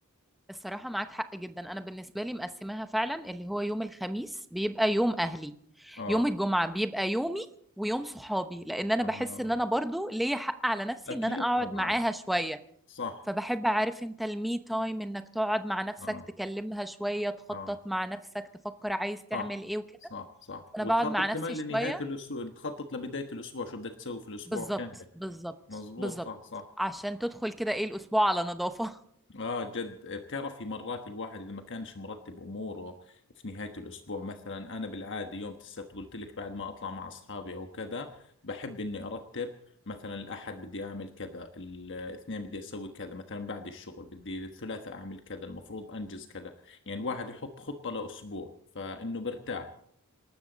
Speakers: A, in the centre; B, on the left.
A: الصراحة معاك حق جدا أنا بالنسبة لي مقسماها فعلا اللي هو يوم الخميس بيبقى يوم أهلي
B: اه
A: يوم الجمعة بيبقى يومي ويوم صحابي لأن أنا
B: آه
A: بحس إن أنا برضو ليا حق على نفسي
B: أكيد
A: إن أنا أقعد
B: طبعا
A: معاها شوية
B: صح
A: فبحب أعرف أنت المي تايم إنك تقعد مع نفسك
B: آه
A: تكلمها شوية تخطط
B: آه
A: مع نفسك تفكر عايز تعمل
B: صح
A: إيه وكده
B: صح صح وتخطط
A: أنا بقعد مع
B: كمان
A: نفسي
B: لنهاية
A: شوية
B: الأسبوع تخطط لبداية الأسبوع شو بدك تسوي في الأسبوع
A: بالظبط
B: كامل
A: بالظبط
B: مظبوط
A: بالظبط
B: صح صح
A: عشان تدخل كده إيه الأسبوع على نظافة
B: آه جد بتعرفي مرات الواحد إذا ما كانش مرتب أموره في نهاية الأسبوع مثلا أنا بالعادة يوم السبت قلت لك بعد ما أطلع مع أصحابي أو كذا بحب إني أرتب مثلا الأحد بدي أعمل كذا الاثنين بدي أسوي كذا مثلا بعد الشغل بدي الثلاثاء أعمل كذا المفروض أنجز كذا يعني الواحد يحط خطة لأسبوع فإنه برتاح